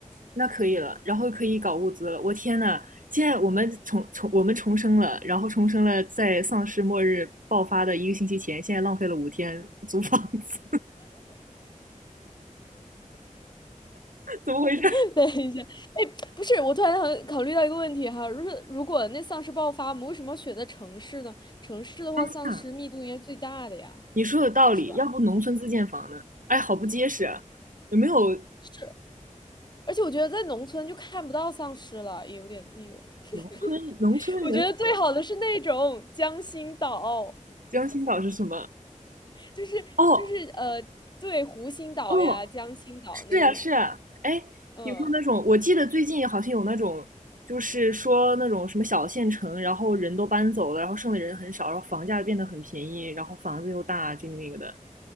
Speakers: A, on the right; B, on the left.
A: 那可以了，然后可以搞物资了。我天呐，现在我们重重我们重生了，然后重生了，在丧尸末日爆发的一个星期前，现在浪费了五天租房子，<laughs> 怎么回事？
B: <laughs> 等一下，哎，不是，我突然很考虑到一个问题哈，如果如果那丧尸爆发，我们为什么要选在城市呢？城市的话，
A: 当下
B: 丧尸密度应该最大的呀，
A: 你说有道理，
B: 是吧？
A: 要不农村自建房呢？哎，好不结实啊！有没有
B: 是，而且我觉得在农村就看不到丧尸了，也有点那个。
A: 农村农村人口？
B: <laughs> 我觉得最好的是那种江心岛。
A: 江心岛是什么？
B: 就是就是呃，
A: 哦
B: 对，湖心岛呀、
A: 哦，
B: 江心岛那种，
A: 是呀，是呀，哎，
B: 嗯
A: 有没有那种？我记得最近好像有那种，就是说那种什么小县城，然后人都搬走了，然后剩的人很少，然后房价变得很便宜，然后房子又大，这个那个的，